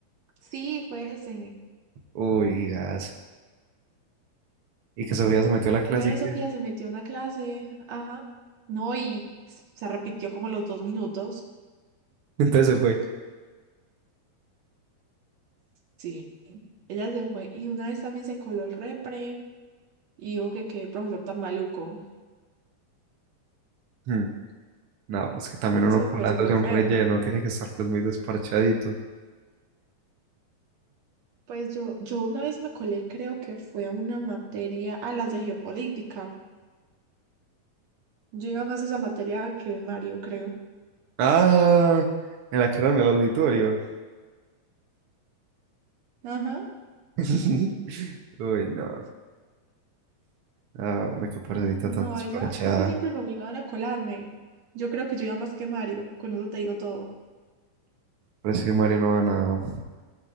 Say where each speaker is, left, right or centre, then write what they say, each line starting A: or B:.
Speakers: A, on the right (about 55°); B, on the right (about 80°).
A: Sí, fue ese.
B: Uy, gas. Y que Sofía se metió a la clase
A: Una vez
B: y que...
A: Sofía se metió a una clase, ajá. No, y se arrepintió como a los dos minutos.
B: <laughs> Entonces se fue.
A: Sí, ella se fue. Y una vez también se coló el repre y dijo que qué profesor tan maluco.
B: Hmm, No, pues que también uno
A: Eso
B: colándose
A: fue súper
B: a un
A: feo.
B: relleno tiene que estar pues muy desparchadito.
A: Pues yo, yo una vez me colé, creo que fue a una materia, a las de geopolítica. Yo iba más a esa materia que Mario, creo.
B: Ah, en la que era en el auditorio.
A: Ajá.
B: <laughs> Uy, no. Ah, hombre, qué parecita
A: No,
B: tan desparchada.
A: esa, es que siempre me obligaban a colarme. Yo creo que yo iba más que Mario, con eso te digo todo.
B: Pero es que Mario no va a nada.